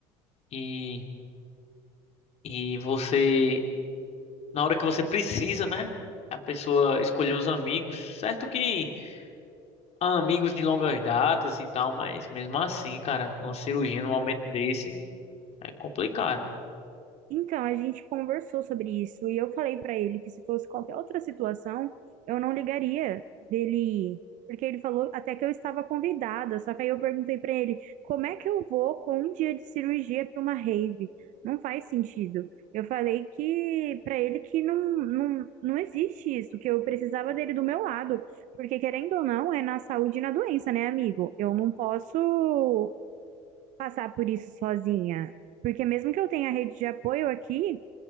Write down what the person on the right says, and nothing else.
Então, a gente conversou sobre isso e eu falei pra ele que se fosse qualquer outra situação, eu não ligaria dele, porque ele falou até que eu estava convidada, só que aí eu perguntei pra ele, como é que eu vou com um dia de cirurgia pra uma rave? Não faz sentido. Eu falei que pra ele que não, não, não existe isso, que eu precisava dele do meu lado, porque querendo ou não, é na saúde e na doença, né, amigo? Eu não posso passar por isso sozinha. Porque mesmo que eu tenha rede de apoio aqui,